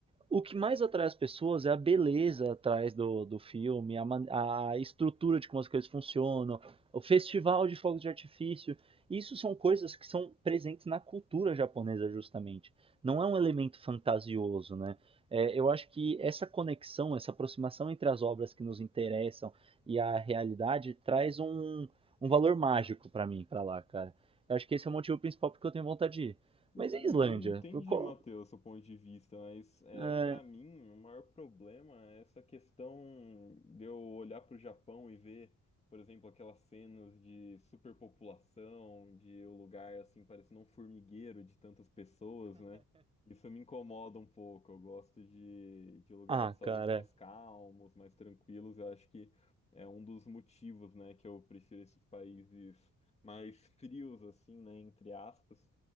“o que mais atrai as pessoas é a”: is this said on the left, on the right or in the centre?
Right